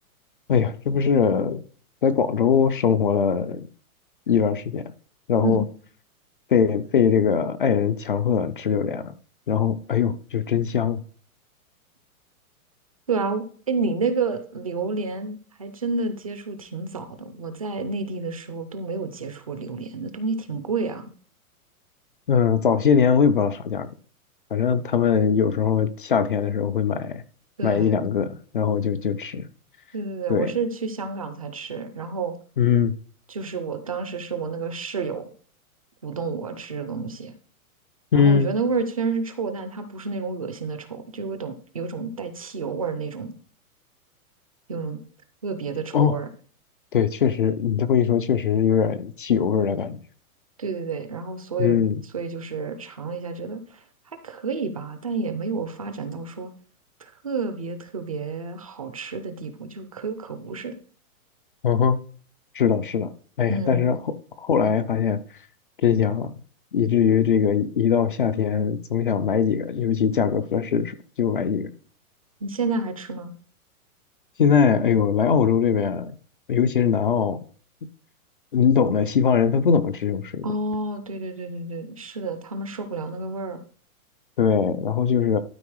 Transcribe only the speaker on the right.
嗯，
对啊，诶，你那个榴莲还真的接触挺早的，我在内地的时候都没有接触过榴莲，那东西挺贵啊。
对，
对对对，
我是去香港才吃，然后
就是我当时是我那个室友鼓动我吃这东西，
然后我觉得那味儿虽然是臭，但它不是那种恶心的臭，就有一种有一种带汽油味儿那种，有种特别的臭味儿。
对对对，然后所有所以就是尝了一下，
觉得还可以吧，但也没有发展到说特别特别好吃的地步，就是可有可无似的。
嗯，
你现在还吃吗？
哦，对对对对对，是的，他们受不了那个味儿。